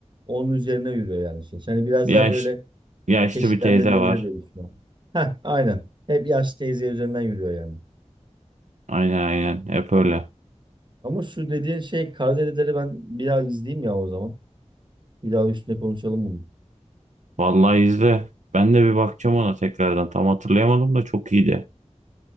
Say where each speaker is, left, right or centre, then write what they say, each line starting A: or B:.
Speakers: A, on the right; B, on the right.
A: Onun üzerine yürüyor yani. söz. Yani biraz
B: Yaş,
A: daha böyle
B: yaşlı
A: Çeşitlendirilebilir
B: bir teyze var.
A: diye düşünüyorum. Heh, aynen. Hep yaşlı teyze üzerinden yürüyor yani.
B: Aynen aynen hep öyle.
A: Ama şu dediğin şey Karadedeleri ben bir daha izleyeyim ya o zaman. Bir daha üstüne konuşalım bunu.
B: Vallahi izle. Ben de bir bakacağım ona tekrardan. Tam hatırlayamadım da çok iyiydi.